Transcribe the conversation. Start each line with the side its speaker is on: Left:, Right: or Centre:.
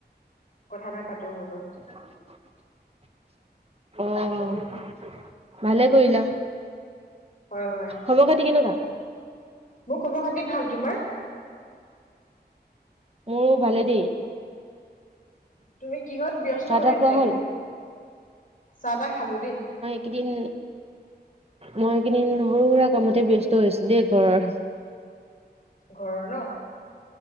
Left: কথা এটা পাতো বোলো।
Right: <inaudible> অ', ভালে কৰিলা।
Left: হয়, হয়।
Right: খবৰ-খাতি কেনেকুৱা?
Left: মোৰ খবৰ-খাতি ভাল তোমাৰ?
Right: মোৰ ভালে দেই।
Left: তুমি কিহত ব্যস্ত
Right: চাহ
Left: হৈ
Right: তাহ
Left: আছা
Right: খোৱা
Left: এইকেইদিন?
Right: হ'ল?
Left: চাহ-তাহ খালো দেই।
Right: এইকেদিন মই একেইদিন সৰু সুৰা কামতে ব্যস্ত হৈ আছোঁ দেই ঘৰৰ।
Left: ঘৰৰ ন'?